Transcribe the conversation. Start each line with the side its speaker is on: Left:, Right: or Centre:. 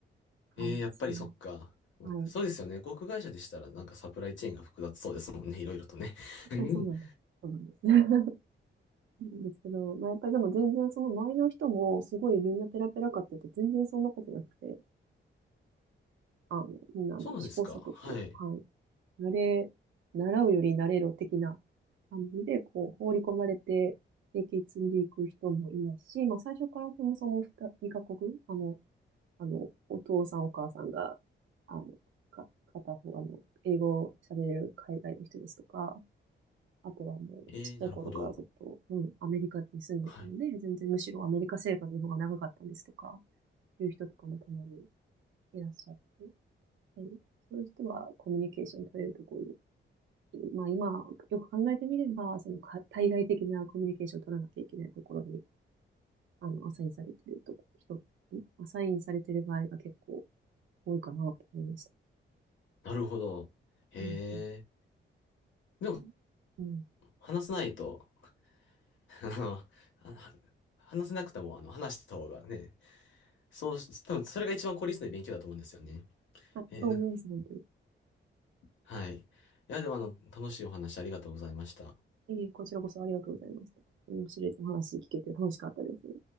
Right: 感じ。
Left: ええ、やっぱりそっか。
Right: はい。
Left: そうですよね。航空会社でしたらなんかサプライチェーンが複雑そうですもんね。いろいろとね。<laughs>
Right: そうそうなんです。そうなんです。<laughs> なんですけど、まあ、やっぱりでも全然その周りの人もすごいみんなペラペラかって言うと全然そんなことなくて、あの、みんなあの試行錯誤、
Left: そうなんですか。はい。
Right: はい。慣れ、習うより慣れろ的な感じで、こう、放り込まれて、経験積んでいく人もいますし、まあ、最初からそもそも2、2カ国、あの、あの、お父さんお母さんが、あの、か、片方、あの、英語を喋れる海外の人ですとか、あとはもう、
Left: ええ、
Right: ちっちゃい頃からずっと、
Left: なるほど。
Right: うん、アメリカに住んでたので、
Left: はい
Right: 全然むしろアメリカ生活の方が長かったんですとか、いう人とかもたまにいらっしゃって、はい、そういう人はコミュニケーション取れるところに、まあ今、よく考えてみれば、そのか対外的なコミュニケーションを取らなきゃいけないところに、あの、アサインされてるとこ、人、んアサインされてる場合が結構多いかなと思いました。
Left: なるほど。へえ。
Right: うんうん
Left: でも、
Right: うんうん
Left: 話さないと、<laughs> あの、あ話せなくても、あの、話した方がね、そうし、多分それが一番効率のいい勉強だと思うんですよね。
Right: あ、
Left: えーな、
Right: そう思います、本当に。
Left: はい。いや、でも、あの、楽しいお話ありがとうございました。
Right: ええ、こちらこそありがとうございました。面白いお話聞けて楽しかったです。